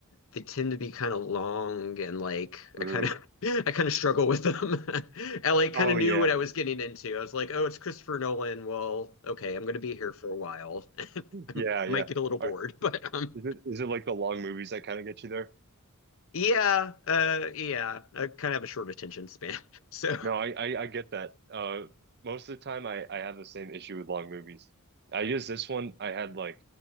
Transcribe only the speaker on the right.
Ooh.
Oh
yeah,
yeah, yeah.
Are,
is it is it like the long movies that kind of get you there?
No, I, I I get that. Uh, most of the time, I I have the same issue with long movies. I guess this one I had like